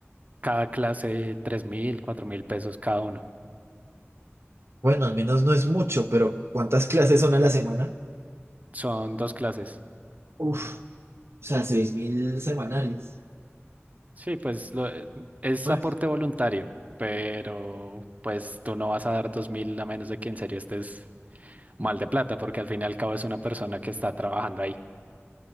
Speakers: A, on the right; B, on the right.
A: cada clase tres mil, cuatro mil pesos cada uno.
B: Bueno, al menos no es mucho, pero ¿cuántas clases son a la semana?
A: Son dos clases.
B: Uf, o sea, seis mil semanales.
A: Sí, pues lo- es
B: Bueno.
A: aporte voluntario, pero pues tú no vas a dar dos mil a menos de que en serio estés mal de plata, porque al fin y al cabo es una persona que está trabajando ahí.